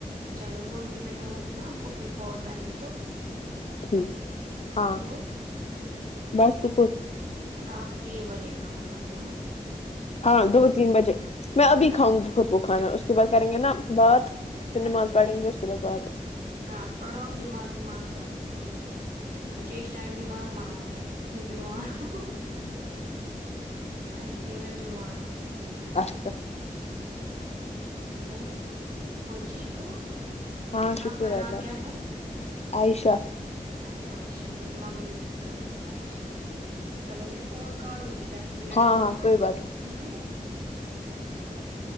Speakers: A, on the right; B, on the left.
A: چلو کوئی نہیں میں کروں گی نا آپ کو پھر کال پہلے تو
B: ٹھیک ہے ہاں
A: اور
B: بس شکر
A: آپ تین بجے کھانا کھاتے ہو نہ
B: ہاں دو تین بجے میں ابھی
A: اچھا
B: کھاؤں گی خود کو کھانا اس کے بعد کریں گے نا بات پھر
A: اچھا
B: نماز پڑھیں
A: ٹھیک
B: گے اس کے بعد بات
A: ہاں پڑھو اپ نماز نماز تو کوئی بات نہیں مجھے اس ٹائم نماز معاف ہے میں بیمار ہوں ایکچولی میں بیمار ہوں اس لیے
B: اچھا
A: اور اور ٹھیک ہو
B: ہاں شکر
A: آپ نام
B: اللہ
A: کیا
B: کا
A: ہے
B: عائشہ
A: اچھا عائشہ میری ماں میری بہن کا نام بھی عائشہ ہے چلو میں فون کاٹوں گی دس منٹ
B: ہاں
A: اوپر
B: ہاں کوئی
A: ہو
B: بات
A: گئے
B: نہیں
A: ٹھیک ہے اوکے او کے